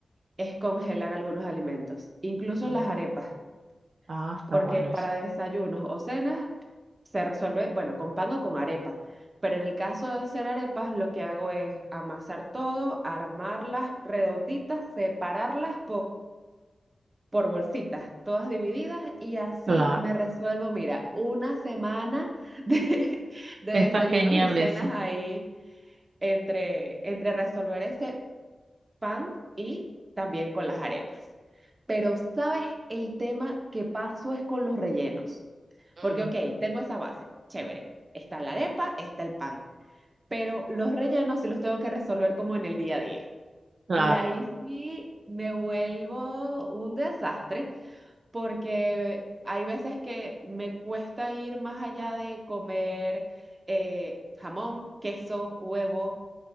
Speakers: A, on the right (about 35°); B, on the right (about 70°).
A: es congelar algunos alimentos, incluso
B: Mm,
A: las arepas,
B: Ah, está
A: porque
B: bueno
A: para
B: eso.
A: desayunos o cenas se resuelve, bueno, con pan o con arepa. Pero en el caso de hacer arepas, lo que hago es amasar todo, armarlas redonditas, separarlas por bolsitas, todas divididas y así
B: Claro,
A: me resuelvo, mira, una semana de, <laughs> de
B: está
A: desayunos
B: genial
A: y cenas
B: eso.
A: ahí entre, entre resolver ese pan y también con las arepas. Pero sabes, el tema que paso es con los rellenos,
B: Mm,
A: porque ok, tengo esa base, chévere, está la arepa, está el pan, pero los rellenos sí los tengo que resolver como en el día a día.
B: Claro.
A: Y ahí sí me vuelvo un desastre porque hay veces que me cuesta ir más allá de comer eh, jamón, queso, huevo,